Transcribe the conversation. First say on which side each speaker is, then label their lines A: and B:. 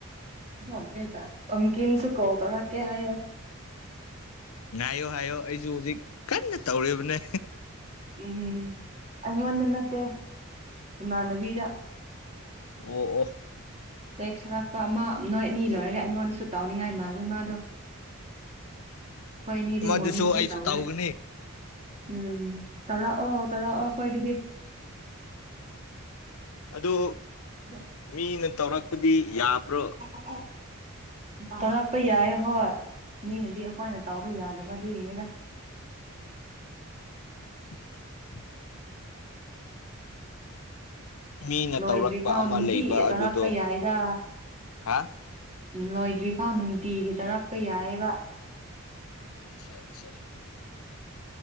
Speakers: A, on the right (about 30°); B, on the left (about 80°).
A: <unintelligible> ꯄꯝꯀꯤꯜꯁꯨ <unintelligible>
B: ꯉꯥꯏꯌꯣ ꯍꯥꯏꯌꯣ ꯑꯩꯁꯨ ꯍꯧꯖꯤꯛ ꯀꯟꯅ ꯇꯧꯔꯤꯕꯅꯦ
A: ꯎꯝ ꯑꯩꯉꯣꯟꯗ ꯅꯠꯇꯦ ꯏꯃꯥꯟꯅꯕꯤꯗ
B: ꯑꯣ ꯑꯣ
A: ꯇꯦꯛꯁ ꯊꯔꯛꯄ ꯑꯃ ꯅꯣꯏ ꯑꯅꯤ ꯂꯣꯏꯔꯒ ꯑꯩꯉꯣꯟꯗꯁꯨ ꯇꯥꯎꯅꯤꯡꯉꯥꯏ ꯃꯥꯜꯂꯦ ꯃꯥꯗꯣ ꯍꯣꯏꯅꯤꯗꯤ
B: ꯃꯗꯨꯁꯨ
A: ꯃꯣꯔꯅꯤꯡꯁꯨ
B: ꯑꯩꯁꯨ
A: ꯇꯧꯋꯦ
B: ꯇꯧꯒꯅꯤ
A: ꯎꯝ ꯇꯧꯔꯥꯛꯑꯣ ꯇꯧꯔꯥꯛꯑꯣ ꯀꯣꯏ ꯑꯗꯨꯗꯤ
B: ꯑꯗꯨ
A: ꯝ
B: ꯃꯤꯅ ꯇꯧꯔꯛꯄꯗꯤ ꯌꯥꯕ꯭ꯔꯣ
A: <unintelligible> ꯇꯧꯔꯛꯄ ꯌꯥꯏ ꯍꯣꯏ ꯃꯤꯅꯗꯤ ꯑꯩꯈꯣꯏꯅ ꯇꯥꯎꯕ ꯌꯥꯗꯕ ꯑꯗꯨꯔꯤꯅꯤꯗ <unintelligible>
B: <unintelligible> ꯃꯤꯅ
A: ꯂꯣꯏꯗ꯭ꯔꯤ
B: ꯇꯧꯔꯛꯄ
A: ꯐꯥꯎ
B: ꯑꯃ
A: ꯅꯨꯡꯇꯤ
B: ꯂꯩꯕ ꯑꯗꯨꯗꯣ
A: ꯇꯧꯔꯥꯛꯄ ꯌꯥꯏꯗ
B: ꯍꯥ
A: ꯂꯣꯏꯗ꯭ꯔꯤ ꯐꯥꯎ ꯅꯨꯡꯇꯤꯒꯤ ꯇꯔꯛꯄ ꯌꯥꯏꯕ
B: ꯑꯆꯥ ꯑꯆꯥ